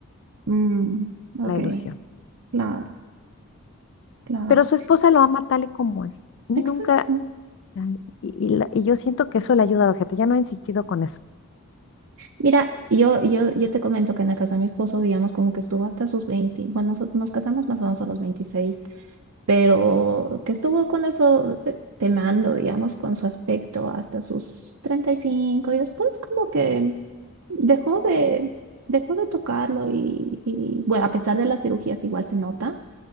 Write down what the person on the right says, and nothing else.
Mm, ok,
claro, claro.
Exacto.
Mira, yo, yo, yo te comento que en la casa de mi esposo, digamos, como que estuvo hasta sus veinte Bueno, nos, nos casamos más o menos a los veintiséis pero que estuvo con eso eh, temando, digamos, con su aspecto hasta sus 35 y cinco y después como que dejó de, dejó de tocarlo y, y, bueno, a pesar de las cirugías igual se nota,